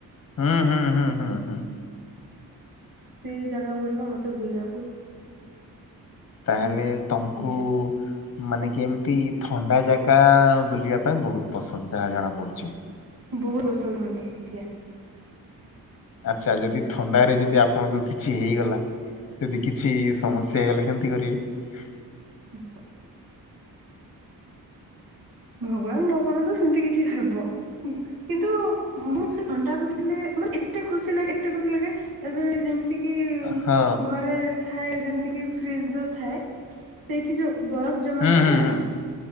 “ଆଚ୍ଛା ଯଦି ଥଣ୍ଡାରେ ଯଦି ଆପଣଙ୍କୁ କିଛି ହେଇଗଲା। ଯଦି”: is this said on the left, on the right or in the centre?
Left